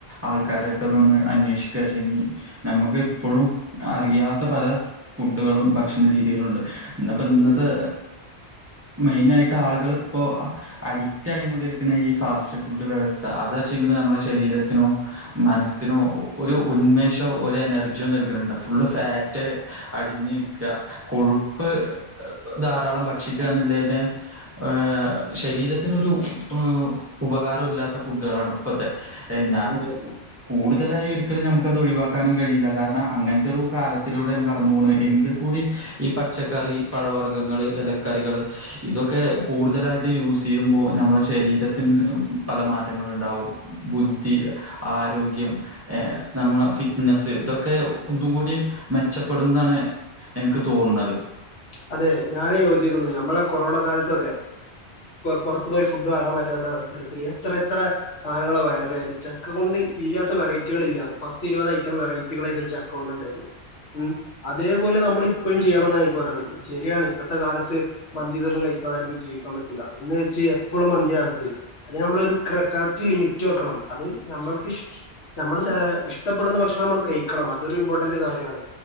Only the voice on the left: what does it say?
ഉം
അതെ
അതെ ഞാന് യോജിക്കുന്നു ഞമ്മളെ കൊറോണ കാലത്തൊക്കെ പുറത്ത് പോയി ഫുഡ് വാങ്ങാൻ പറ്റാത്ത അവസരത്തില് എത്ര എത്ര സാധനങ്ങള വൈറലായത് ചക്ക കൊണ്ട് ഇല്ലാത്ത വെറൈറ്റികള് ഇല്ല പത്തി ഇരുപത് ഐറ്റം വെറൈറ്റികളായിരുന്നു ചക്ക കൊണ്ട് ഉണ്ടായിരുന്നു ഉം അതേപോലെ നമ്മൾ ഇപ്പോഴും ചെയ്യണം എനിക്ക് പറയാനുള്ളത് ശരിയാണ് ഇപ്പത്തെ കാലത്ത് മന്തി ഇതൊന്നും കഴിക്കാതെ ആർക്കും ജീവിക്കാൻ പറ്റൂല്ല എന്ന് വെച്ച് എപ്പോഴും മന്തിയാവരുത് അത് നമ്മളൊരു കറക്റ്റ് ലിമിറ്റ് വെക്കണം അത് നമ്മക്ക് ഇഷ് നമ്മൾ ഇഷ്ടപ്പെടുന്ന ഭക്ഷണം നമ്മൾ കഴിക്കണം അതൊരു ഇമ്പോർട്ടന്റ് കാര്യാണ്